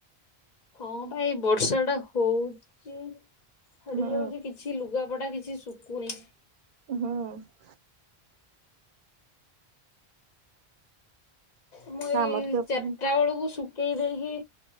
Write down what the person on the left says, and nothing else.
ହଁ ପା ଏଇ ବର୍ଷା ଟା ହଉଚି ଛାଡ଼ି
ଯାଉଛି କିଛି କିଛି ଲୁଗାପଟା କିଛି ଶୁଖୁନି।
ମୁଁ ଏଇ
ଚାରିଟା
ବେଳକୁ ଶୁଖେଇ ଦେଇକି